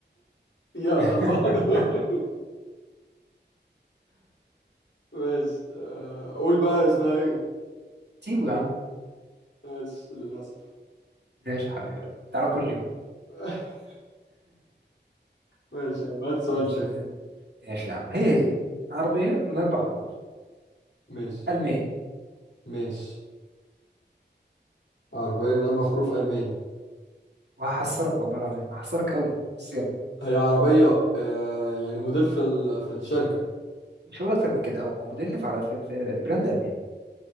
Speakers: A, on the left (about 85°); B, on the right (about 65°).
A: فيها
B: <laughs>
A: الأربعة دول <laughs> ماشي آه... قول بقى اسمها إيه
B: تيبو يا عم
A: ماشي للأسف
B: ماشي حبيبي تعالى كل يوم
A: <laughs> ماشي يا عم هات
B: <laughs>
A: سؤال
B: ماشي
A: تاني
B: ماشي يا عم هي هي عربية من أربع حروف
A: ماشي
B: ألمان
A: ماشي عربية من أربع حروف ألماني
B: وهحصرك والله العظيم هحصرك قوي بس يلا
A: هي عربية آه... يعني موديل في ال... في الشركة
B: مش هقول أكتر من كده أو مدلف على في, في براند ألماني